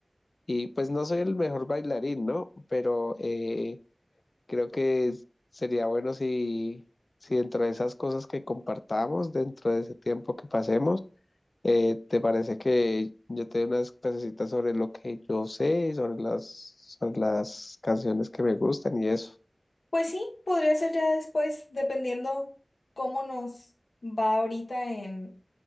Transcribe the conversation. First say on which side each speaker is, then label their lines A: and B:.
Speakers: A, on the left; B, on the left.
A: Y pues no soy el mejor bailarín, ¿no? Pero eh, creo que es- sería bueno si, si dentro de esas cosas que compartamos, dentro de ese tiempo que pasemos, eh, ¿te parece que yo te dé unas clasecitas sobre lo que yo sé, y sobre las, sobre las canciones que me gustan y eso?
B: pues sí, podría ser ya después, dependiendo cómo nos va ahorita en,